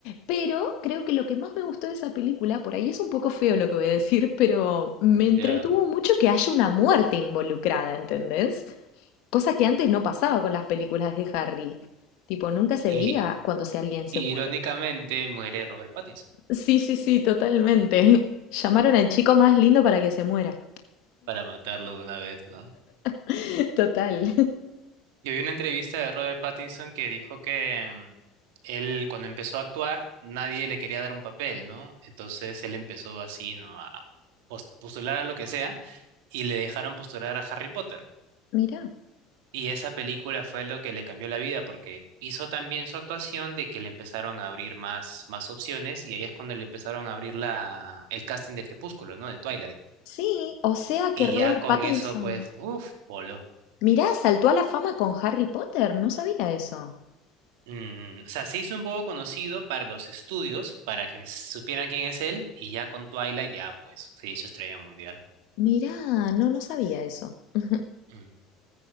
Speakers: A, on the left; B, on the right.
A: Pero creo que lo que más me gustó de esa película, por ahí es un poco feo lo que voy a decir, pero me
B: ya.
A: entretuvo mucho que haya una muerte involucrada, ¿entendés? Cosa que antes no pasaba con las películas de Harry. Tipo, nunca se
B: Y
A: veía cuando se- alguien se
B: irónicamente
A: muere.
B: muere Robert Pattinson
A: Sí, sí, sí, totalmente. <laughs> Llamaron al chico más lindo para que se muera.
B: para matarlo de una vez, ¿no?
A: <laughs> Total.
B: Yo vi una entrevista de Robert Pattinson que dijo que mm, él cuando empezó a actuar nadie le quería dar un papel, ¿no? Entonces él empezó así, ¿no? A pos- postular a lo que sea y le dejaron postular a Harry Potter.
A: Mirá.
B: Y esa película fue lo que le cambió la vida porque hizo también su actuación de que le empezaron a abrir más, más opciones y ahí es cuando le empezaron a abrir la, el casting de Crepúsculo, ¿no? De Twilight.
A: Sí, o sea que
B: Y
A: Robert
B: ya con
A: Pattinson.
B: eso, pues, uff, polo.
A: Mirá, saltó a la fama con Harry Potter. No sabía eso.
B: Mm, o sea, se hizo un poco conocido para los estudios, para que supieran quién es él y ya con Twilight ya, pues, se hizo estrella mundial.
A: Mirá, no, no sabía eso. <laughs>
B: Mm,